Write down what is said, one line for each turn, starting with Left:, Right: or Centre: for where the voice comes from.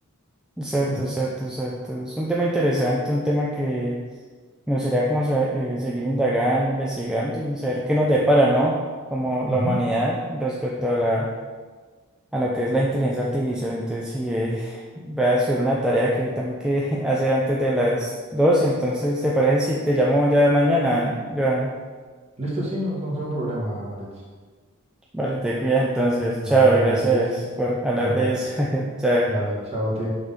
Centre: exacto,
Right: Mm,
Centre: exacto, exacto. Es un tema interesante, un tema que me gustaría como sa- eh, seguir indagando, investigando y saber qué nos depara, ¿no? Como
Right: ujú.
Centre: la humanidad respecto a la, a lo que es la inteligencia artificial. Entonces, sí, eh, <laughs> voy a subir una tarea que tengo que <laughs> hacer antes de las doce Entonces, ¿te parece si te llamo ya mañana, Joan?
Right: Listo, sí, no, no tengo problema, Alex.
Centre: Vale, te cuidas entonces.
Right: Te- Vale,
Centre: Chao
Right: vale,
Centre: y gracias
Right: te cuides.
Centre: por hablar
Right: Vale,
Centre: de eso. <laughs> Chao.
Right: vale, chao, tío.